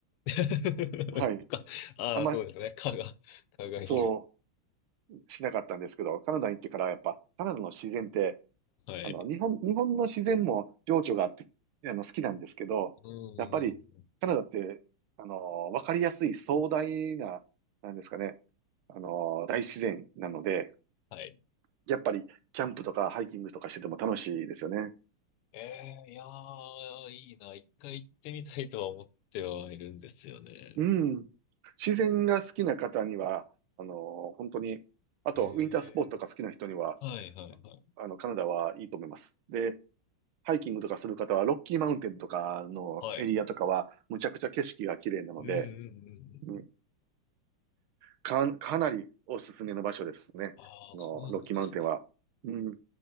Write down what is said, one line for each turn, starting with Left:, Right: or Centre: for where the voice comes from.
Left: <laughs>
Right: はい。
Left: かああ、
Right: あんま、
Left: そうですね。蚊が、蚊がいる。
Right: そう、しなかったんですけど、カナダに行ってからやっぱ、カナダの自然って、
Left: はい。
Right: あの、日本、日本の自然も情緒があって、あの、好きなんですけど、
Left: うん、うんうん。
Right: やっぱりカナダって、あの、わかりやすい壮大な、なんですかね、あの、大自然なので、
Left: はい。
Right: やっぱりキャンプとかハイキングとかしてても楽しいですよね。
Left: ええいやー、いいな。一回行ってみたいとは思ってはいるんですよね。
Right: うん。自然が好きな方には、あの、本当に、あと、
Left: え
Right: ウィンタースポーツとか好きな人には、
Left: えはいはいはい。
Right: あの、カナダはいいと思います。で、ハイキングとかする方は、ロッキーマウンテンとかのエリアとかは、
Left: はい。
Right: むちゃくちゃ景色が綺麗なので、
Left: うんうん
Right: うん
Left: うん。
Right: か、かなりおすすめの場所ですね。
Left: ああ、
Right: あの、
Left: そうなんですね。
Right: ロッキーマウンテンは。うん。